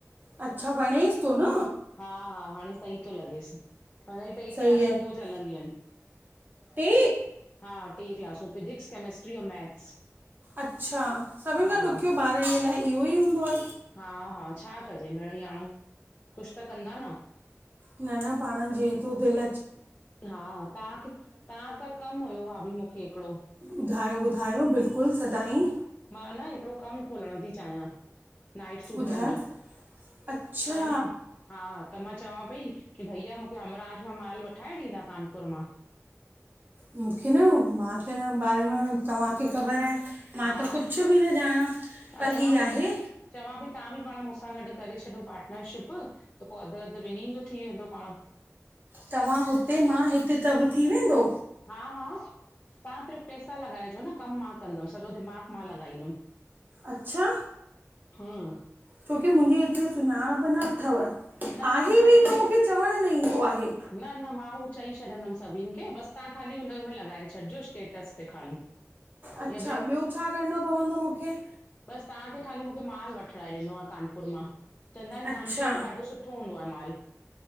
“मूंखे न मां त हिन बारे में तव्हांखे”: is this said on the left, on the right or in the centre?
Right